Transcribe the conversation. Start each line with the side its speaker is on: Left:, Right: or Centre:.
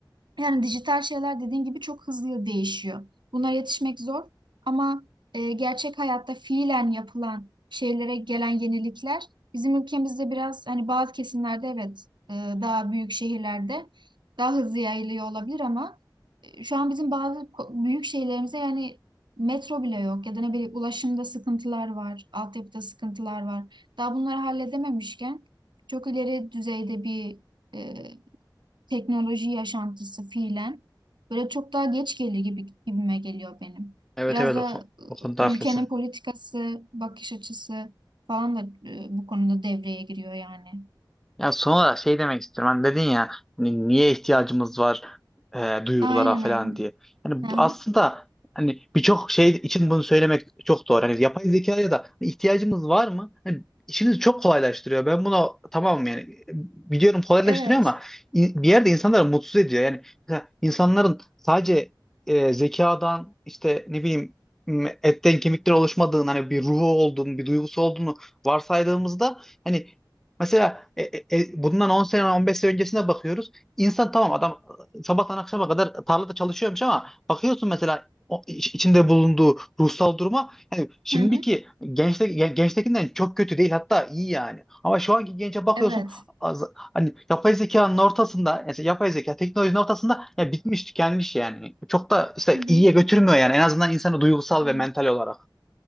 Right: Yani dijital şeyler dediğin gibi çok hızlı değişiyor. Bunlara yetişmek zor ama e, gerçek hayatta fiilen yapılan şeylere gelen yenilikler bizim ülkemizde biraz hani bazı kesimlerde evet e, daha büyük şehirlerde daha hızlı yayılıyor olabilir ama e, şu an bizim bazı ko- büyük şehirlerimize yani metro bile yok ya da ne bileyim ulaşımda sıkıntılar var, altyapıda sıkıntılar var. Daha bunları halledememişken çok ileri düzeyde bir e, teknoloji yaşantısı fiilen böyle çok daha geç gelir gibi gibime geliyor benim.
Centre: Evet
Right: Biraz
Centre: evet
Right: da
Centre: o, o konuda
Right: e,
Centre: haklısın.
Right: ülkenin politikası, bakış açısı falan da e, bu konuda devreye giriyor yani.
Centre: Ya son olarak şey demek istiyorum. Hani dedin ya hani niye ihtiyacımız var e, duygulara
Right: Aynen
Centre: falan
Right: aynen.
Centre: diye. Yani
Right: Hı
Centre: bu
Right: hı.
Centre: aslında hani birçok şey için bunu söylemek çok doğru. Hani yapay zekaya da ihtiyacımız var mı? Hani işimizi çok kolaylaştırıyor. Ben buna tamamım yani. Biliyorum kolaylaştırıyor
Right: Evet.
Centre: ama in- bir yerde insanları mutsuz ediyor. Yani mesela insanların sadece e, zekadan işte ne bileyim m- etten kemikten oluşmadığını hani bir ruhu olduğunu, bir duygusu olduğunu varsaydığımızda hani Mesela e, e, e, bundan 10 sene 15 sene öncesine bakıyoruz. İnsan tamam adam e, sabahtan akşama kadar tarlada çalışıyormuş ama bakıyorsun mesela o iç- içinde bulunduğu ruhsal duruma yani şimdiki
Right: Hı hı.
Centre: gençte, gen- gençtekinden çok kötü değil hatta iyi yani. Ama şu anki gence bakıyorsun
Right: Evet.
Centre: az, hani yapay zekanın ortasında mesela yapay zeka teknolojinin ortasında ya bitmiş tükenmiş yani. Çok da işte
Right: Hı hı.
Centre: iyiye götürmüyor yani en azından insanı duygusal
Right: Evet.
Centre: ve mental olarak.